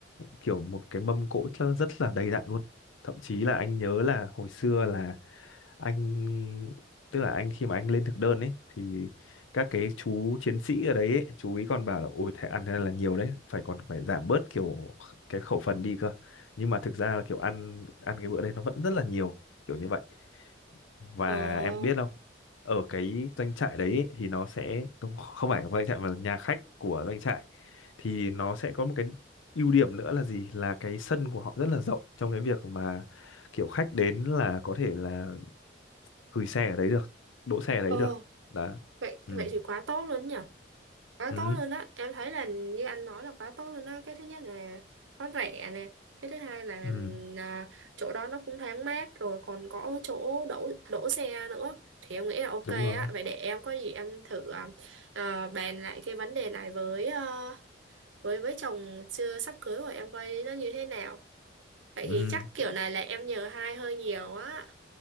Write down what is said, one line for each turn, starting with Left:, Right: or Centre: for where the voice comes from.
Left: kiểu một cái mâm cỗ rất rất là đầy đặn luôn thậm chí là anh nhớ là hồi xưa là anh tức là anh khi mà anh lên thực đơn ấy thì các cái chú chiến sĩ ở đấy ấy, chú ý còn bảo là ôi thế ăn thế này là nhiều đấy phải còn phải giảm bớt kiểu cái khẩu phần đi cơ nhưng mà thực ra là kiểu ăn ăn cái bữa đấy nó vẫn rất là nhiều kiểu như vậy và
Right: ồ
Left: em biết không ở cái doanh trại đấy ấy, thì nó sẽ không không phải doanh trại mà là nhà khách của doanh trại thì nó sẽ có một cái ưu điểm nữa là gì là cái sân của họ rất là rộng trong cái việc mà kiểu khách đến là có thể là gửi xe ở đấy được đỗ xe ở đấy
Right: ồ
Left: được đó
Right: vậy
Left: ừ
Right: vậy thì quá tốt luôn nhỉ quá
Left: ừ
Right: tốt luôn đó em thấy là như anh nói là quá tốt luôn đó cái thứ nhất là nó rẻ nè cái thứ hai là
Left: ừ
Right: à, chỗ đó nó cũng thoáng mát rồi còn có chỗ đổ đổ xe nữa thì em nghĩ là ok á
Left: đúng rồi
Right: vậy để em có gì em thử à, à, bàn lại cái vấn đề này với à, với với chồng chưa sắp cưới của em coi nó như thế nào vậy
Left: ừ
Right: thì chắc kiểu này là em nhờ hai hơi nhiều á